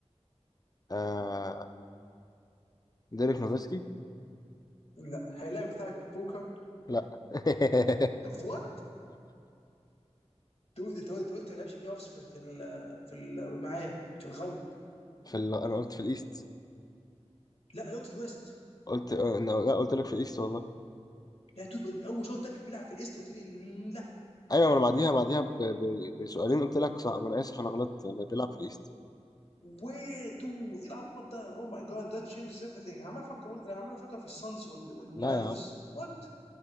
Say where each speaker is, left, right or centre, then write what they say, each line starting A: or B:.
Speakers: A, on the left (about 35°); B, on the left (about 65°).
A: آه ديريك نوفسكي؟
B: لا هل اللاعب بتاعك بوكر؟
A: لا <laughs>
B: وات؟ دود انت قلت أنت قلت ما لعبش بلاي اوفس في في ال- في ال- معايا في الغرب
A: في ال... انا قلت في الايست
B: لا أنا قلت في الويست
A: قلت آه، لا لا، قلت لك في الايست والله
B: لا دود اول شوط تك بيلعب في الايست قلت لي لا
A: ايوه ما انا بعديها بعديها ب... ب... بسؤالين قلت لك صح ما انا اسف انا غلطت اللي بيلعب في الايست
B: وي دو ايه العبط ده اوه ماي جاد ذات تشينجز ايفريثينج انا عمال افكر انا عمال افكر في السانز وال- والمافس
A: لا يا عم
B: وات